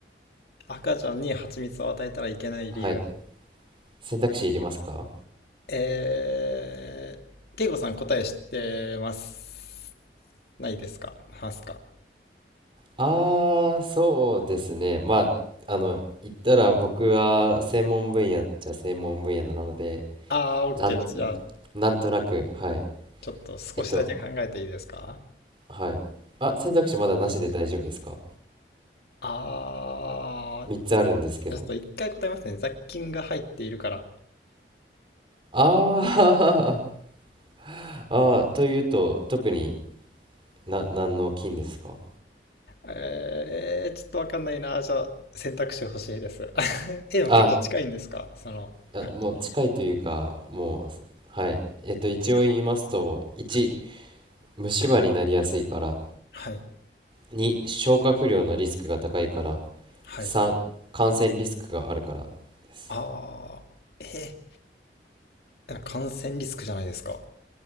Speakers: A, on the left (about 60°); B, on the right (about 30°).
A: 赤ちゃんに蜂蜜を与えたらいけない理由。
B: うはい、選択肢いりますか
A: えー、ケイコさん答え知ってます。ないですかますか
B: あー、そうですね。まあ、あの、言ったら僕は専門分野っちゃ専門分野なので、
A: ああー、
B: なん、
A: OK です。じゃあ、
B: なんとなく、はい。
A: ちょっと少しだけ考えていいですか
B: えっと、はい。あ、選択肢まだなしで大丈夫ですか
A: ああー、
B: ?3 つあるんですけど。
A: ちょっと一回答えますね。雑菌が入っているから。
B: あー <laughs> あー、というと、特にな、何の菌ですか
A: えー、ちょっとわかんないな。じゃあ、選択肢欲しいです。<laughs> え、でも結構近いんですかその回答は。
B: あ、あもう近いというか、もう、はい。えっと、一応言いますと、1、
A: はい。
B: 虫歯になりやすいから、
A: はい。
B: 2、消化不良のリスクが高いから、
A: はい。
B: 3、感染リスクがあるからです。
A: ああ、えー、なんか感染リスクじゃないですか。